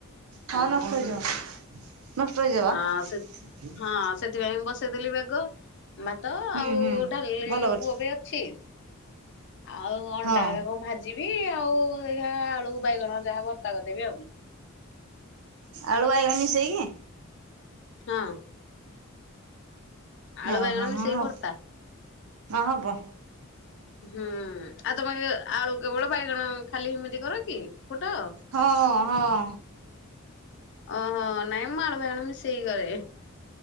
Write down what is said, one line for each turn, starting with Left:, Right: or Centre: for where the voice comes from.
Right: ହଁ ନଷ୍ଟହୋଇଯିବ ନଷ୍ଟ ହେଇ ଯିବ ବା।
Left: ଆ ସେ ହଁ ସେଥିପାଇଁ ବସେଇଦେଲି ବେଗ ଭାତ
Right: ହୁଁ
Left: ଆଉ
Right: ହୁଁ
Left: ଡାଲି
Right: ଭଲ କରିଛୁ
Left: ପୁଅ ବି ଅଛି। ଆଉ ଅଣ୍ଡା
Right: ହଁ
Left: <unintelligible> କ ଭା ଯିବି ଆଉ ଏଇହା ଆଳୁ ବାଇଗଣ ଯାହା ଭର୍ତ୍ତା କରିଦେବି ଆଉ।
Right: ଆଳୁ ବାଇଗଣ ମିଶେଇକି।
Left: ହଁ। ଆଳୁ
Right: ଓ
Left: ବାଇଗଣ
Right: ହୋ
Left: ମିଶେଇ
Right: ହଁ ହବ
Left: ଭର୍ତ୍ତା
Right: ହଁ ହବ।
Left: ହୁଁ ଆଉ ତମେ କେ ଆଳୁ କେବଳ ବାଇଗଣ ଖାଲି ଏମିତି କର କି ଫୁଟାଅ?
Right: ହଁ ହଁ।
Left: ଓହୋ ନାଇଁଁ ମାଳ ଭାଇଣ ମିସେଇ କି କରେ।